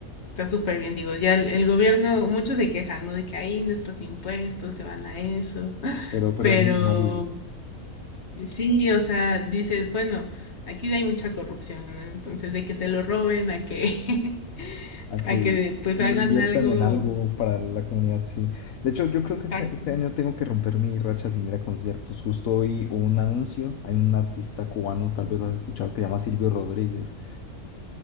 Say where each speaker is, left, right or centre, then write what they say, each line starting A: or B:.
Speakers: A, on the left; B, on the left.
A: está súper bien, digo, ya el, el gobierno, muchos se quejan, ¿no? De que ahí nuestros impuestos se van a eso. <laughs>
B: pero, pero
A: Pero
B: es necesario
A: sí, o sea, dices, bueno, aquí hay mucha corrupción, ¿no? Entonces, de que se lo roben, a que, <laughs>
B: a que
A: a que pues
B: lo
A: hagan
B: inviertan
A: algo
B: en algo para la comunidad, sí. De hecho, yo creo
A: exacto.
B: que este, este año tengo que romper mi racha sin ir a conciertos. Justo hoy hubo un anuncio, hay un artista cubano, tal vez lo has escuchado, que se llama Silvio Rodríguez.